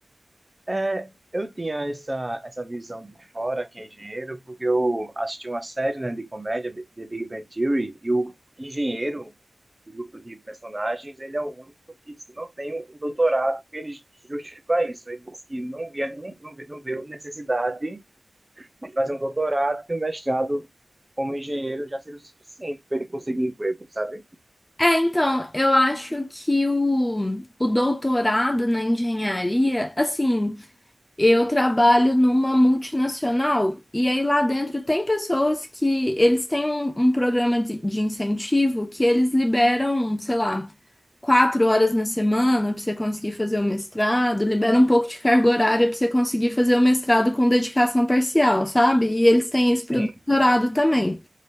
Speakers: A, on the right; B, on the left.
A: É, eu tinha essa, essa visão de fora, que é engenheiro, porque eu assisti uma série, né, de comédia, B- The Big Bang Theory, e o engenheiro do grupo de personagens, ele é o único que não tem um doutorado, porque ele justifica isso. Ele disse que não via, não, não, vê- não viu necessidade ele fazer um doutorado e um mestrado como engenheiro já seria o suficiente para ele conseguir emprego, sabe?
B: É, então, eu acho que o, o doutorado na engenharia, assim, eu trabalho numa multinacional e aí lá dentro tem pessoas que eles têm um, um programa de, de incentivo que eles liberam, sei lá, quatro horas na semana pra você conseguir fazer o mestrado, libera um pouco de carga horária pra você conseguir fazer o mestrado com dedicação parcial, sabe? E eles têm isso pro
A: Sim.
B: doutorado também.